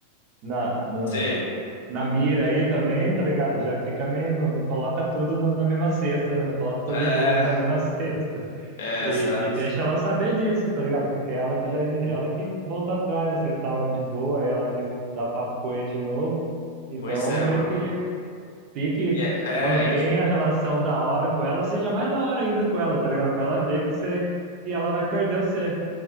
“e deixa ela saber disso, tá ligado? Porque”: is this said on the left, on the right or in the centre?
Right